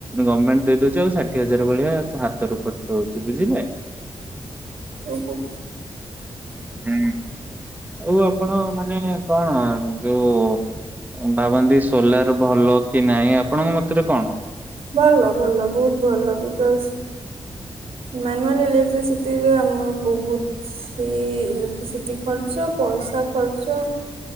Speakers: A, on the right; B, on the right.
A: ଗମେଣ୍ଟ ଦେଇ ଦୋଉଚି ଆଉ ସା ଷାଠିଏ ହଜାର ଭଳିଆ ତେ ହାତରୁ ଖର୍ଚ୍ଚ ହୋଉଚି ବୁଝିଲେ।
B: ଓହୋ।
A: ହୁଁ ଆଉ ଆପଣ ମାନେ କଣ ଯୋଉ ଭାବନ୍ତି ସୋଲାର ଭଲ କି ନାହିଁ ଆପଣଙ୍କ ମତରେ କଣ?
B: ଭଲ ଭଲ ବୋହୁତ ଭଲ ବିକସ୍ ମାନୁଆଲ୍ ଇଲେକ୍ଟ୍ରିସିଟିରେ ଆମର ବୋହୁତ ସି ଇଲେକ୍ଟ୍ରିସିଟି ଖର୍ଚ୍ଚ ପଇସା ଖର୍ଚ୍ଚ